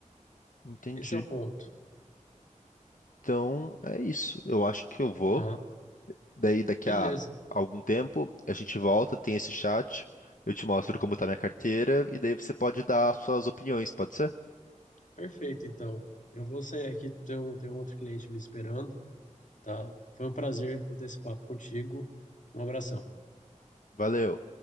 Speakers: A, on the left; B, on the left.
A: entendi.
B: Esse é o ponto.
A: Então é isso. Eu acho que eu vou.
B: Aham.
A: Daí daqui
B: Beleza.
A: a algum tempo a gente volta, tem esse chat. Eu te mostro como tá minha carteira e daí você pode dar suas opiniões, pode ser?
B: Perfeito, então. Eu vou sair aqui, tem um, tem um outro cliente me esperando, tá? Foi um prazer bater esse papo contigo. Um abração.
A: Valeu.